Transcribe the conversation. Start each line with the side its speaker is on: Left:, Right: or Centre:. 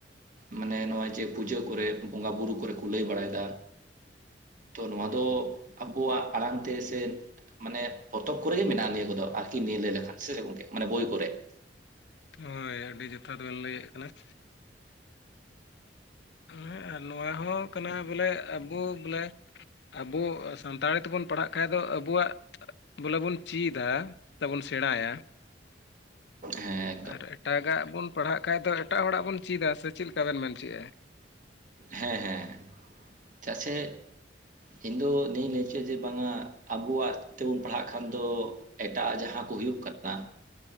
Right: ᱢᱟᱱᱮ ᱱᱚᱜᱼᱚᱭ ᱡᱮ ᱯᱩᱡᱟᱹ ᱠᱚᱨᱮ, ᱵᱚᱸᱜᱟ ᱵᱩᱨᱩ ᱠᱚᱨᱮ ᱠᱚ ᱞᱟᱹᱭ ᱵᱟᱲᱟᱭ ᱮᱫᱟᱼᱼ ᱛᱚ ᱱᱚᱣᱟ ᱫᱚ ᱟᱵᱚᱣᱟᱜ ᱟᱲᱟᱝ ᱛᱮ ᱥᱮᱼᱼ ᱢᱟᱱᱮ ᱯᱚᱛᱚᱵ ᱠᱚᱨᱮ ᱜᱮ ᱢᱮᱱᱟᱜᱼᱟ ᱱᱤᱭᱟᱹ ᱠᱚᱫᱚ ᱟᱨᱠᱤ ᱱᱤᱭᱟᱹ ᱞᱟᱹᱭ ᱞᱮᱠᱷᱟᱱ ᱥᱮ ᱜᱚᱢᱠᱮ ᱢᱟᱱᱮ ᱵᱳᱭ ᱠᱚᱨᱮ ᱾
Left: ᱦᱳᱭ ᱟᱹᱰᱤ ᱡᱚᱛᱷᱟᱛ ᱵᱮᱱ ᱞᱟᱹᱭᱮᱫ ᱠᱟᱱᱟ ᱾ ᱦᱮᱸ ᱟᱨ ᱱᱚᱣᱟ ᱦᱚᱸ ᱠᱟᱱᱟ ᱵᱚᱞᱮ ᱟᱵᱚ ᱵᱚᱞᱮᱼᱼ ᱟᱵᱚ ᱥᱟᱱᱛᱟᱲᱤ ᱛᱮᱵᱚᱱ ᱯᱟᱲᱦᱟᱜ ᱠᱷᱟᱡ ᱫᱚ ᱟᱵᱚᱣᱟᱜᱼᱼ ᱵᱚᱞᱮ ᱵᱚᱱ ᱪᱮᱫᱟ ᱥᱮ ᱵᱚᱱ ᱥᱮᱬᱟᱭᱟ ᱾
Right: ᱦᱮᱸ ᱾
Left: ᱟᱨ ᱮᱴᱟᱜᱟᱜ ᱵᱚᱱ ᱯᱟᱲᱦᱟᱜ ᱠᱷᱟᱱ ᱫᱚ ᱮᱴᱟᱜ ᱦᱚᱲᱟᱜ ᱵᱚᱱ ᱪᱤᱫᱟ ᱥᱮ ᱪᱮᱫ ᱞᱮᱠᱟ ᱵᱤᱱ ᱢᱮᱱᱚᱪᱚ ᱮᱫᱟ?
Right: ᱦᱮᱸᱼᱦᱮᱸ ᱪᱟᱜ ᱥᱮᱼᱼ ᱤᱧ ᱫᱚ ᱱᱤᱭᱟᱹᱧ ᱞᱟᱹᱭᱪᱚ ᱡᱮ ᱵᱟᱝᱟ ᱟᱵᱩᱣᱟᱜ ᱛᱮᱵᱚᱱ ᱯᱟᱲᱦᱟᱜ ᱠᱷᱟᱱ ᱫᱚᱼᱼ ᱮᱴᱟᱜ ᱟᱜ ᱡᱟᱦᱟᱸ ᱠᱚ ᱦᱩᱭᱩᱜ ᱠᱟᱱᱟ,